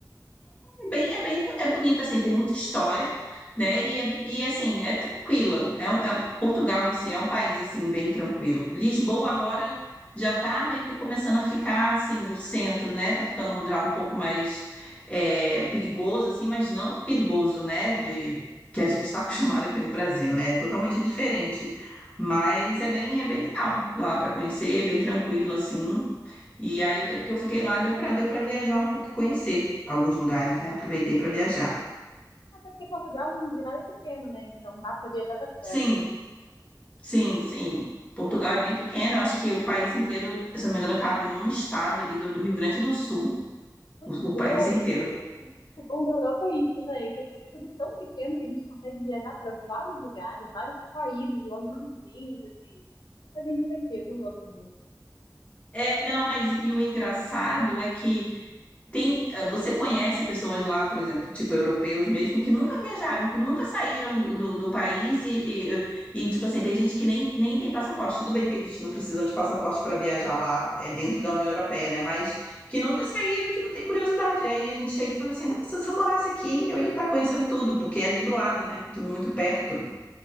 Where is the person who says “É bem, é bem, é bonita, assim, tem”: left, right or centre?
Left